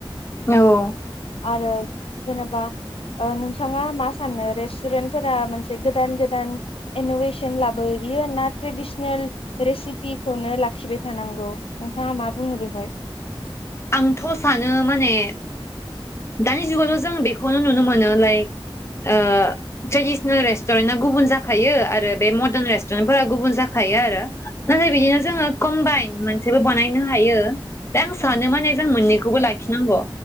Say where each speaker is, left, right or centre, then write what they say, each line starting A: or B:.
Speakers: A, on the left (about 30°); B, on the left (about 80°).
A: औ
B: आरो जेनेबा अ नोंथाङा मा सानो रेस्टुरेन्टफोरा मोनसे गोदान गोदान इन'भेसन लाबोयो ना ट्रेडिसनेल रेसिपिखौनो लाखिबाय थानांगौ नोंथाङा मा बुङो बेवहाय?
A: आंथ' सानो माने दानि जुगावथ' जों बेखौनो नुनो मोनो लाइक ओ ट्रेडिसनेल रेस्टुरेन्टआ गुबुन जाखायो आरो बे मडार्न रेस्टुरेन्ट फोर गुबुन जाखायो आरो नाथाय बिदिनो जोङो कम्बाइन मोनसेबो बानायनो हायो। दा आं सानो माने जों मोननैखौबो लाखिनांगौ।